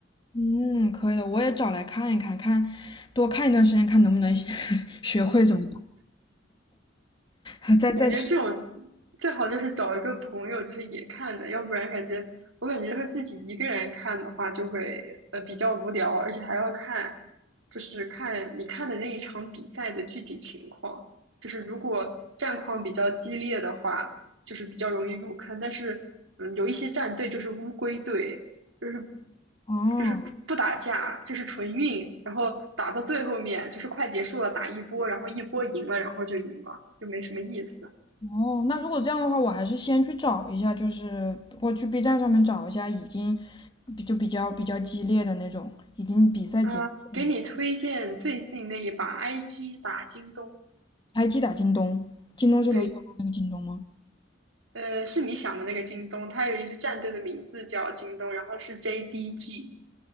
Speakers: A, on the left; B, on the right.
A: 嗯，可以的，我也找来看一看，看多看一段时间，看能不能 <laughs> 学会怎么打，<laughs> 再再
B: 感觉这种最好就是找一个朋友，就是也看的，要不然感觉我感觉和自己一个人看的话，就会呃比较无聊，而且还要看，就是看你看的那一场比赛的具体情况。就是如果战况比较激烈的话，就是比较容易入坑。但是嗯，有一些战队就是乌龟队，就是
A: 哦。
B: 就是不不打架，就是纯运，然后打到最后面就是快结束了，打一波，然后一波赢了，然后就赢了，就没什么意思。
A: 哦，那如果这样的话，我还是先去找一下，就是我去 B 站上面找一下已经比就比较比较激烈的那种，已经比赛结束的。
B: 啊，给你推荐最近那一把 IG 打京东，
A: 还击打京东，京东是刘强东那个京东吗？
B: 对，呃，是你想的那个京东，它有一支战队的名字叫京东，然后是 JDG，